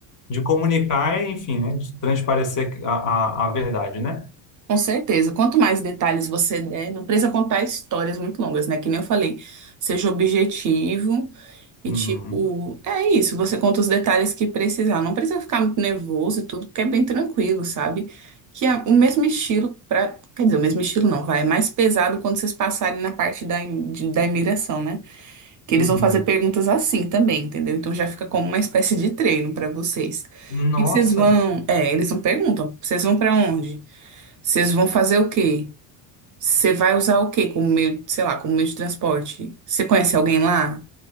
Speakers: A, on the left; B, on the right.
A: de comunicar, enfim, né, de transparecer a, a, a verdade, né?
B: Com certeza. Quanto mais detalhes você der, não precisa contar histórias muito longas, né? Que nem eu falei, seja objetivo e
A: Uhum,
B: tipo, é isso, você conta os detalhes que precisar. Não precisa ficar muito nervoso e tudo, porque é bem tranquilo, sabe? Que é o mesmo estilo para, quer dizer, o mesmo estilo não, vai, é mais pesado quando vocês passarem na parte da, im- de- da imigração, né? Que eles
A: uhum.
B: vão fazer perguntas assim também, entendeu? Então já fica como uma espécie de treino para vocês.
A: Nossa,
B: O que que vocês vão, é, eles não perguntam, vocês vão para onde? Vocês vão fazer o quê? Você vai usar o quê como meio, sei lá, como meio de transporte? Você conhece alguém lá?